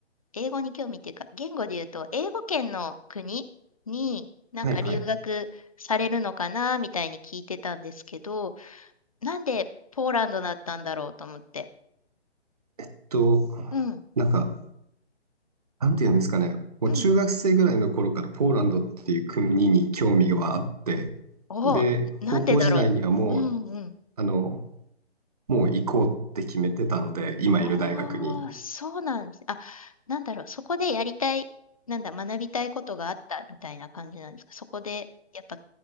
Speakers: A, on the left (about 30°); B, on the right (about 35°).
A: 英語に興味っていうか、言語で言うと、英語圏の国になんか留学されるのかな、
B: はいはい。
A: みたいに聞いてたんですけど、なんでポーランドだったんだろうと思って。
B: えっと、
A: うん、
B: なんか、なんていうんですかね、もう中学生ぐらいの頃からポーランドっていう国に興味があって、
A: うん。お、
B: で、
A: なんでだろう。
B: 高校時代にはもう、
A: うんうん。
B: あの、もう行こうって決めてたので、今いる大学に。
A: ああ、そうなんです。あ、なんだろう。そこでやりたい、なんだ、学びたいことがあったみたいな感じなんですか。そこで、やっぱ、